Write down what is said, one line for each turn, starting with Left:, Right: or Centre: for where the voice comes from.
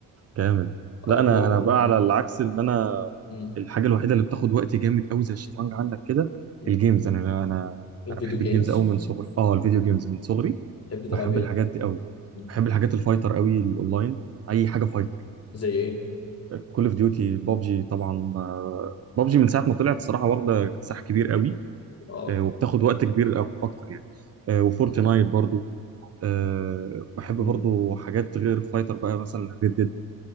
Right: جامد لا
Left: اه
Right: انا
Left: وهو
Right: انا بقى
Left: م-
Right: على العكس ان انا
Left: م-
Right: الحاجه الوحيده اللي بتاخد وقت جامد قوي زي الشطرنج عندك كده
Left: م.
Right: الجيمز انا انا
Left: الفيديو
Right: انا بحب
Left: جيمز
Right: الجيمز قوي من صغري اه الفيديو جيمز من صغري
Left: تحب تلعب
Right: بحب
Left: ايه؟
Right: الحاجات دي قوي
Left: م.
Right: بحب الحاجات الفايتر قوي الاونلاين اي حاجه فايتر
Left: زي ايه؟
Right: كول اوف ديوتي بابجي طبعا آه، بابجي من ساعه ما طلعت الصراحه واخده ساح كبير قوي
Left: اه
Right: آه، وبتاخد وقت كبير أو- اكتر يعني آه، وفورتنايت برضو آه، بحب
Left: م.
Right: برضو حاجات غير الفايتر بقى مثلا ريد ديد